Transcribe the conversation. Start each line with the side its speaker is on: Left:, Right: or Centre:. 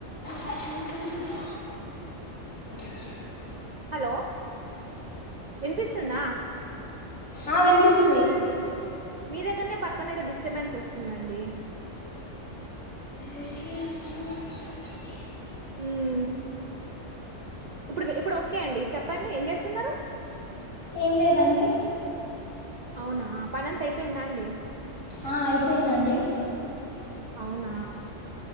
Left: కజిన్స్ సలేపో <unintelligible>
Right: హలో వినిపిస్తుందా
Left: ఆ వినిపిస్తుంది
Right: మీ దగ్గర్నే పక్కనే ఏదో డిస్టర్బెన్స్ వస్తుందండి
Left: ఇ <unintelligible>
Right: ఉమ్ ఇప్పుడు ఇప్పుడు ఓకే అండి చెప్పండి ఏం చేస్తున్నారు
Left: ఏం లేదండి
Right: అవునా పనంత అయిపోయిందా అండి
Left: ఆ అయిపోయిందండి
Right: అవునా